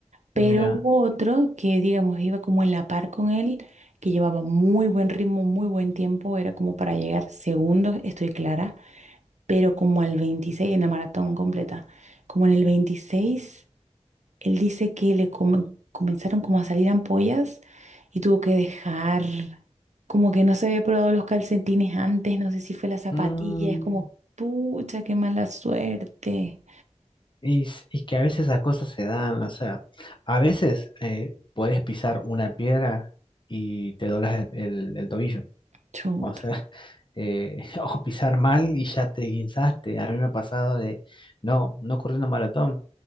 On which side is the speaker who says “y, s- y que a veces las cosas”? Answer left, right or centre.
Left